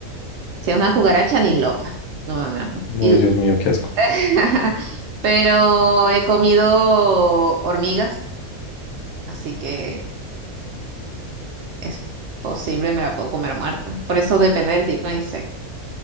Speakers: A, on the right; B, on the left.
A: Si es una cucaracha, ni loca. No, no, no.
B: No,
A: Y-
B: Dios mío, qué asco.
A: <laughs> Pero he comido hormigas, así que es posible, me la puedo comer muerta. Por eso depende del tipo de insecto.